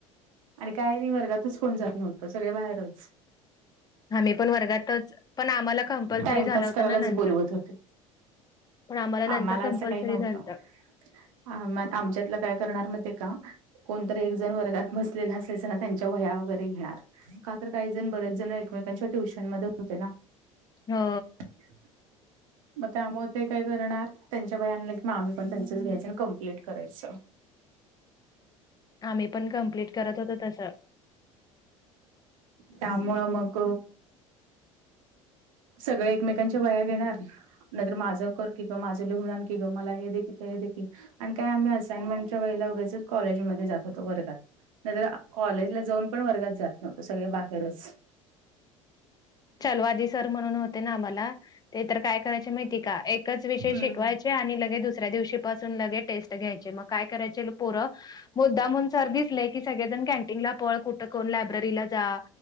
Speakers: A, on the right (about 75°); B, on the left (about 20°).
A: आणि काय नाही वर्गातच कोण जात नव्हते सगळ बाहेरच.
B: आम्ही पण वर्गातच, पण आम्हाला कंपल्सरी
A: टाइमपास
B: झालं होतं
A: करायलाच
B: ना नंतर.
A: बोलवत होते.
B: पण नंतर
A: आम्हाला
B: कंपल्सरी
A: असं काही नव्हतं
B: झालं होतं.
A: आं आमच्यातलं काय करणार माहिते का? कोणतरी एक जण वर्गात बसलेलं असेलचं ना, त्यांच्या वया वगैरे घेणार का तर काही जण बरेच जण एकमेकांच्या ट्युशन मध्ये होते ना.
B: हो
A: <inaudible> मग त्यामुळे ते काय करणार त्यांच्या वया आणलं की, मग आम्ही पण त्यांचंच घ्यायच कम्प्लीट करायचं.
B: आम्ही पण कमप्लीट करत होतो तसं.
A: त्यामूळ मग सगळे एकमेकांच्या वया घेणार नाहीर माझं कर कि ग, माझं लिहून आण की गं मला हे देखील ते देखील. आणि काय आम्ही असाइनमेंटच्या वेळेला उगेच, कॉलेजमध्ये जात होतो वर्गात नाही तर कॉलेजला जाऊन, पण वर्गात जात नव्हतो सगळे बाहेरच
B: ल आधी सर म्हणून होते ना, आम्हाला ते तर काय करायचे माहिती का एकच विषय
A: हम्म
B: शिकवायचे आणि लगे दुसऱ्या दिवशी पासून लगे टेस्ट घ्यायचे, मग काय करायचे पोरं मुद्दा मुन सर दिसलेय की, सगळेजण कॅनटीनला पळ, कुठं कोण लायब्ररीला जा